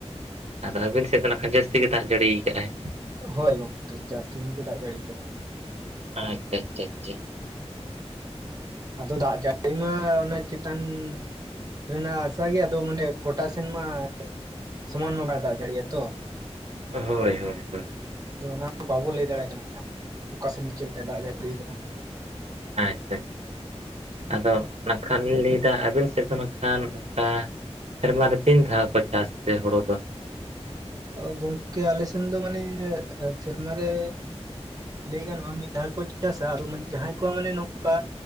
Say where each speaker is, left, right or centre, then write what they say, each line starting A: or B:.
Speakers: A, on the right; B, on the right.
A: ᱟᱫᱚ ᱟᱹᱵᱤᱱ ᱥᱮᱫ ᱫᱚ ᱱᱟᱠᱷᱟᱱ ᱡᱟᱹᱥᱛᱤ ᱜᱮ ᱫᱟᱜ ᱡᱟᱹᱲᱤ ᱟᱠᱟᱜᱼ ᱟᱭ᱾
B: ᱦᱳᱭ ᱜᱚᱝᱠᱮ ᱡᱟᱹᱥᱛᱤ ᱧᱚᱜ ᱜᱮ ᱫᱟᱜ ᱡᱟᱹᱲᱤ ᱠᱟᱫᱟᱭ᱾
A: ᱟᱪᱪᱷᱟ ᱪᱷᱟ ᱪᱷᱟ᱾
B: ᱟᱫᱚ ᱫᱟᱜ ᱡᱟᱹᱲᱤ ᱢᱟ ᱚᱱᱟ ᱪᱮᱛᱟᱱ ᱨᱮᱱᱟᱜ ᱦᱟᱥᱟ ᱜᱮ ᱟᱫᱚ ᱢᱟᱱᱮ ᱜᱥᱴᱟ ᱥᱮᱱ ᱢᱟ ᱥᱚᱢᱟᱱ ᱢᱟ ᱵᱟᱭ ᱫᱟᱜ ᱡᱟᱹᱲᱤᱭᱟ ᱛᱚ᱾
A: ᱦᱳᱭ ᱦᱳᱭ ᱦᱳᱭ᱾
B: ᱟᱫᱚ ᱚᱱᱟ ᱵᱟᱵᱚ ᱞᱟᱹᱭ ᱫᱟᱲᱮᱭᱟᱜ ᱠᱟᱱᱟ ᱚᱠᱟ ᱥᱮᱱ ᱪᱮᱫ ᱞᱮᱠᱟ ᱫᱟᱜ ᱡᱟᱹᱲᱤ ᱠᱟᱫᱟ᱾
A: ᱟᱪᱷᱟ ᱪᱷᱟ ᱟᱫᱚ ᱱᱟᱠᱷᱟᱱ ᱞᱤᱱ ᱫᱟ ᱟᱹᱵᱤᱱ ᱥᱮᱫ ᱫᱚ ᱱᱟᱜᱼᱠᱷᱟᱱ ᱚᱱᱠᱟ ᱥᱮᱨᱢᱟ ᱨᱮ ᱛᱤᱱ ᱫᱷᱟᱣ ᱠᱚ ᱪᱟᱥ ᱛᱮ ᱦᱩᱲᱳ ᱫᱚ?
B: ᱚ ᱜᱚᱝᱠᱮ ᱟᱞᱮ ᱥᱮᱱ ᱫᱚ ᱢᱟᱱᱮ ᱥᱮᱨᱢᱟ ᱨᱮ ᱞᱟᱹᱭ ᱜᱟᱱᱚᱜᱼᱟ ᱢᱤᱫ ᱫᱷᱟᱣ ᱠᱚ ᱪᱟᱥᱟ ᱟᱨ ᱡᱟᱦᱟᱸᱭ ᱠᱚᱣᱟᱜ ᱢᱟᱱᱮ ᱱᱚᱝᱠᱟ᱾